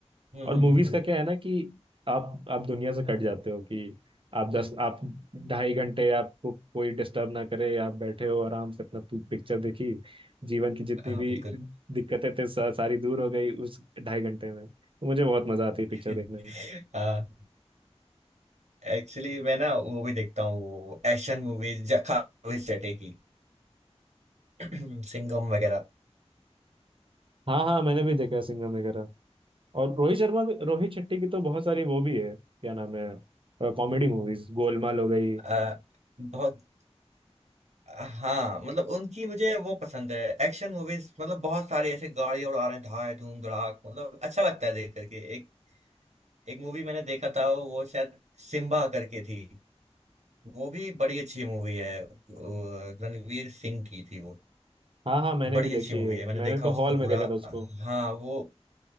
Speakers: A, on the right; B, on the right.
A: हम्म
B: और
A: हम्म
B: मूवीज
A: हम्म
B: का क्या है ना कि आप आप दुनिया से कट जाते हो कि आप दस आप ढाई घंटे आपको कोई डिस्टर्ब ना करे आप बैठे हो आराम से अपना पिक्चर देखी जीवन की जितनी
A: <laughs> हाँ
B: भी
A: बिल्कुल
B: दिक्कतें थे सा, सारी दूर हो गई उस ढाई घंटे में तो मुझे बहुत मजा आती
A: <laughs>
B: है पिक्चर देखने में
A: हाँ एक्चुअली मैं ना वो भी देखता हूँ वो एक्शन मूवीज खास जटे की <clears throat> सिंघम वगैरह
B: हाँ हाँ मैंने भी देखा है सिंघम वगैरह और रोहित शर्मा रोहित शेट्टी की तो बहुत सारी वो भी है क्या नाम है कॉमेडी मूवीज गोलमाल हो गई
A: आ, बहुत हाँ मतलब उनकी मुझे वो पसंद है एक्शन मूवीज मतलब बहुत सारे ऐसे गाड़ियां उड़ा रहे हैं धाए धूम धड़ाक मतलब अच्छा लगता है देख करके एक एक मूवी मैंने देखा था वो शायद सिम्बा करके थी वो भी बड़ी अच्छी मूवी है वो रणवीर सिंह की थी वो
B: हाँ हाँ मैंने
A: बड़ी
B: भी देखी
A: अच्छी मूवी
B: है
A: है मैंने
B: मैंने
A: देखा
B: तो
A: उसको
B: हॉल
A: पूरा
B: में देखा था उसको
A: हाँ वो